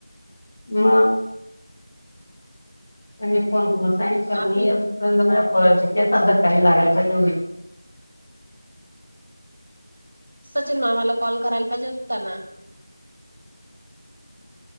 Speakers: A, on the left; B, on the right.
A: म मी फो कोण सांित मीर्यंत
B: आपले
A: पोरायलाकला <unintelligible> केसांना धक्का नाही लागायला पाहिजे
B: सचिन मामाला कॉल करायला पाहिजे होता ना